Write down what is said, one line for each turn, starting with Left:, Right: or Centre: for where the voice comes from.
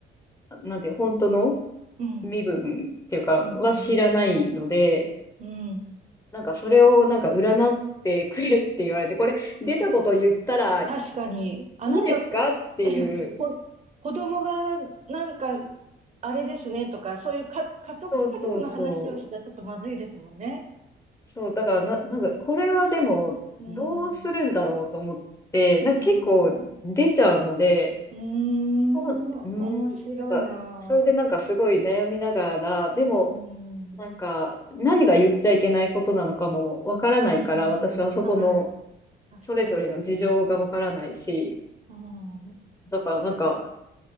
Left: なんて、本当の
Right: うん。
Left: 身分っていうか、
Right: うんうん。
Left: は知らないので、
Right: うん。
Left: なんかそれをなんか占ってくれって言われて、これ出たこと言ったらい
Right: 確かに、あなたく、
Left: いですかっていう、
Right: <laughs> こ子供がなんか、あれですねとか、そういうか、家族、
Left: そうそうそう。
Right: 家族の話をしちゃちょっとまずいですもんね。
Left: そう、だからな、なんか、これはでも、
Right: うん、
Left: どうするんだろうと思って、なんか結構出ちゃうので、
Right: うん、うーん、
Left: そう、うーん、
Right: 面白いな
Left: なんか、それでなんかすごい悩みながら、でも、
Right: ぁ。うん、
Left: なんか、何が言っちゃいけないことなのかもわからないから、
Right: うん、
Left: 私はそこの、
Right: はい、確かに。
Left: それぞれの事情がわからないし、
Right: うん、<laughs> うん
Left: だからなんか、